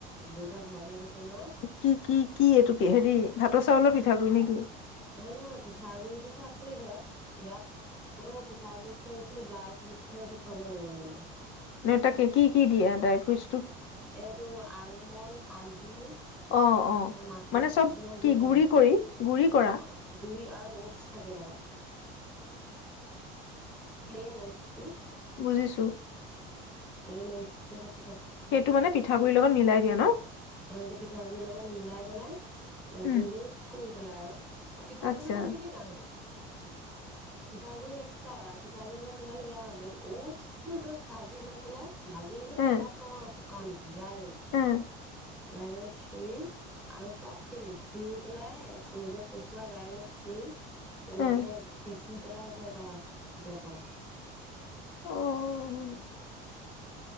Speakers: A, in the centre; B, on the left (about 65°).
A: দেউতা ঘৰলে গৈছে নহয়
B: কি, কি, কি এইটো? হেৰি ভাতৰ চাউলৰ পিঠাগুৰি নেকি?
A: নহয়, নহয় পিঠাগুৰিটো আছেই ঘৰত, ইয়াত মানে পিঠাগুৰিটকে বেছি ড্ৰাইভাৰজনৰ সেইটো খাব লাগিব মানে।
B: নে তাকে কি কি দিয়া ডাই ফ্ৰুচ?
A: এইটো আলমণ্ড কাজু
B: অ', অ',
A: মাখনা
B: মানে চব
A: চখনা
B: কি
A: দি ছাগে
B: গুৰি কৰি গুৰি কৰা?
A: অ', অ', গুৰি আৰু অ'টচ থাকে লগত। প্লেন অ'টচ
B: বুজিছোঁ।
A: এই ম <unintelligible>
B: সেইটো মানে পিঠাগুডৰিৰ লগত মিলাই দিয়া ন'।
A: আৰু এইটো পিঠাগুৰি লগত মিলাই পেলাই অ',
B: উম,
A: ত ৰষ্ট কৰি পেলাই আৰু। পিঠাগুৰি
B: আচ্ছা।
A: লগত নিমিলাও সেইটো। পিঠাগুৰি এক্সট্ৰা পিঠাগুৰিৰ লগত মিলালে বেয়া হ'ব কিন্তু অ'টছটো জাষ্ট ভাজি লৈ পেলাই ভাজি মানে
B: উম,
A: তেলত নহয়। <unintelligible> ড্ৰাই ৰ'চ
B: উম,
A: ডাইৰস কৰি আৰু চ'ফখিনি ধুই পেলাই ৰ'দত শুকুৱাই ডাইৰেক কৰি তেনেকে
B: উম,
A: পিছ শুই পেলাই সেইটো এটা জলপান।
B: অ'।